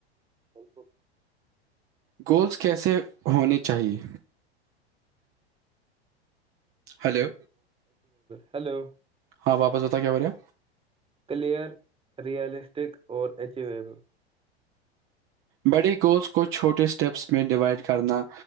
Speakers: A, on the right; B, on the right.
A: ب س
B: گولز کیسے ہونے چاہیے ہیلو
A: ہیلو
B: ہاں واپس ہوتا کیا ب رہ ہے
A: کلیئر ریئلسٹک اور ایچو ایب
B: بڑے گولس کو چھوٹے اسٹیپس میں ڈیوائڈ کرنا